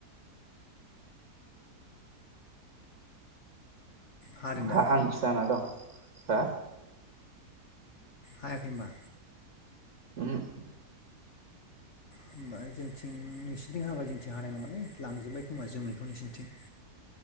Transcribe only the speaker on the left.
हादों दा
हायाखै होनबा?
होमबा जोंथिं नोंसिनिथिं हादोंब्ला जोंथिं हानाय नङालै लांजोबबाय खोमा जोमैखौ नोंसोरनिथिं।